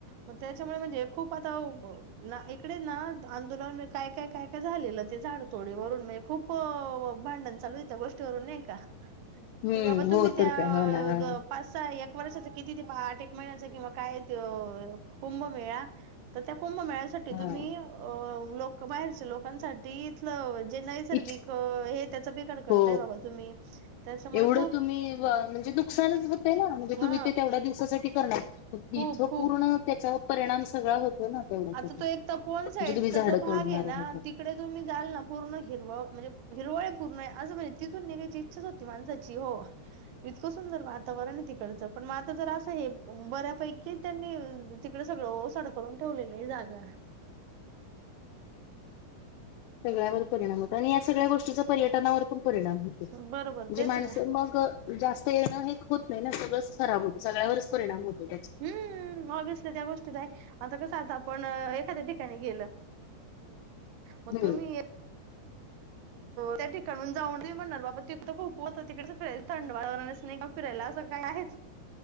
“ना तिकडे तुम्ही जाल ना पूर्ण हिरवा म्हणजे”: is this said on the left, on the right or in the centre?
Right